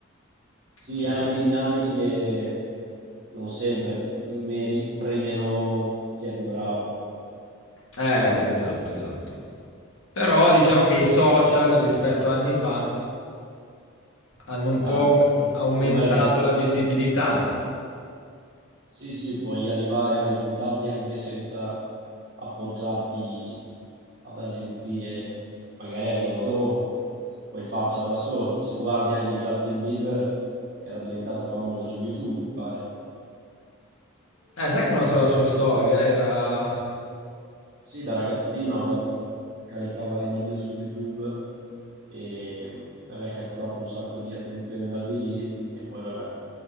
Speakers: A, on the right; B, on the left.
A: Sì,
B: C'è
A: ha
B: ta-
A: anche dinamiche che non sempre meri- premiano chi è più bravo.
B: eh, esatto, esatto. Però diciamo che i social rispetto a anni fa hanno un
A: Ma
B: po'
A: È un
B: aum-
A: bel,
B: aumentato
A: è un bel megafono.
B: la visibilità.
A: Sì, sì, puoi arrivare a risultati anche senza appoggiarti ad agenzie, magari arrivano dopo, puoi farcela da solo. Se guardi anche Justin Bieber, era diventato famoso su YouTube, mi pare.
B: Eh, sai che non ha solo la sua storia, era...
A: Sì, da ragazzino aveva fa- caricava i video su YouTube e aveva catturato un sacco di attenzione dal di lì e poi vabbè,